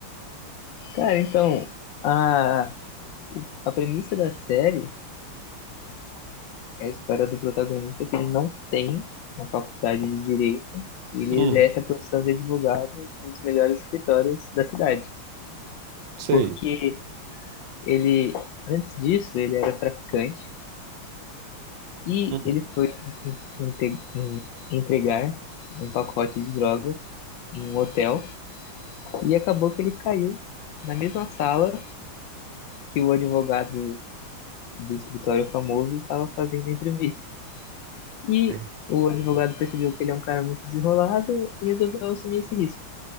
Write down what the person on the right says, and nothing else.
Hum,
sei.
Hum,
sei.